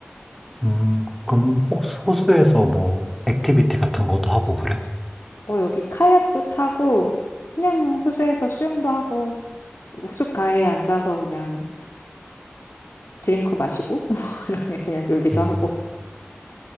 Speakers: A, in the centre; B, on the left.
A: 음, 그럼 혹시 호수에서 뭐 액티비티 같은 것도 하고 그래?
B: 음. 어, 여기 카약도 타고 그냥 호수에서 수영도 하고 호숫가에 앉아서 그냥 드링크 마시고 <laughs> 뭐 이렇게 그냥 놀기도
A: 음,
B: 하고